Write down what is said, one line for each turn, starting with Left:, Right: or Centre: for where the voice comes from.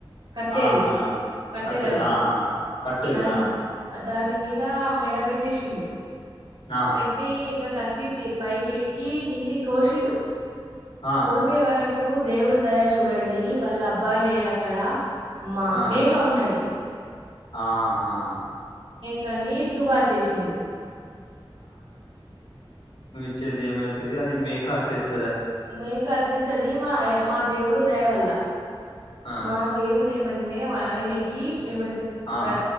Right: కట్టేది
Left: ఆ మన
Right: కట్టేలాది
Left: కట్టేది ఆ ఆ కట్టేది
Right: దాన్ని
Left: ఆ
Right: అద్ దాని మీద మెడ పెట్టేషిడు
Left: ఆ
Right: పెట్టి ఇక కత్తి తీ పైకె కి కిందికి కోషిండు
Left: ఆ
Right: కోసే వర కు దేవుడు దయ చూడండి వాళ్ళ అబ్బాయి లేడు అక్కడ మా
Left: ఆ
Right: మేక ఉన్నది
Left: ఆహా
Right: కానీ జుబా చేసిండు
Left: వచ్చేది ఏమైతది అది మేక వచ్చేసి
Right: మేక అచ్చేసేది మా మా దేవుడు దయవల్ల
Left: ఆ
Right: మా దేవుడేమంటే ఆయనకి ఏమంటే
Left: ఆ
Right: ప్ర